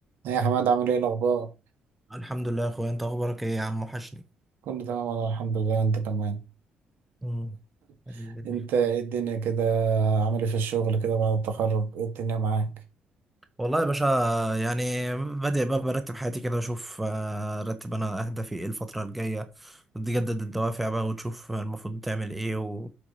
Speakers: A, on the right (about 70°); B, in the centre.
A: ايه يا حماد عامل ايه الاخبار
B: الحمد لله يا اخويا انت اخبارك ايه يا عم وحشني
A: كله تمام والله الحمد لله انت كمان
B: مم. الحمد
A: <laughs> انت
B: لله.
A: ايه الدنيا كده عامل ايه في الشغل كده بعد التخرج ايه الدنيا معاك
B: والله يا باشا يعني بادئ بقى برتب حياتي كده اشوف آه، ارتب انا اهدافي ايه الفترة الجاية وتجدد الدوافع بقى وتشوف المفروض تعمل ايه وايه